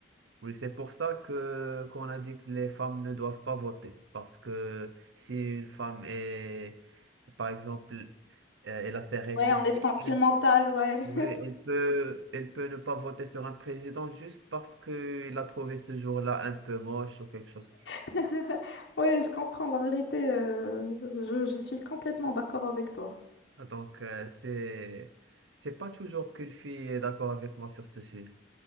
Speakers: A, on the right; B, on the left.
A: Oui, c'est pour ça que qu'on a dit que les femmes ne doivent pas voter. Parce que si une femme est, par exemple, euh, elle a ses règles,
B: Ouais, on est sentimental,
A: elle,
B: ouais.
A: oui, elle peut, elle peut ne pas voter sur un président juste parce qu'il a trouvé ce jour-là un peu moche ou quelque chose.
B: <laughs> Ouais, je comprends, la vérité, euh, je, je suis complètement d'accord avec toi.
A: Donc, euh, c'est, c'est pas toujours qu'une fille est d'accord avec moi sur ce sujet.